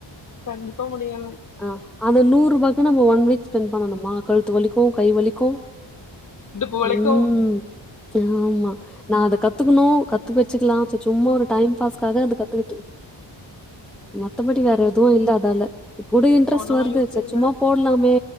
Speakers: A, on the left (about 40°); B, in the centre.
A: கண்டிப்பா முடியல
B: ஆ அந்த நூறு ரூபாக்கு நம்ம ஒன் வீக் ஸ்பெண்ட் பண்ணணுமா கழுத்து வலிக்கு கை வலிக்கு
A: இந்த பூ வளைக்கு
B: ம் ஆமா நா அத கத்துக்கணு கத்து வச்சுக்கலா சு சும்மா ஒரு டை பாஸ்க்கா அது கத்துக்கிட்டு மத்தபடி வேற
A: ம்
B: எதுவு இல்ல அதால இப்பூட இன்ட்ரெஸ்ட்
A: ஒண்ணுமே
B: வருது
A: யூஸ்
B: செ
A: இல்ல
B: சும்மா போடலாமே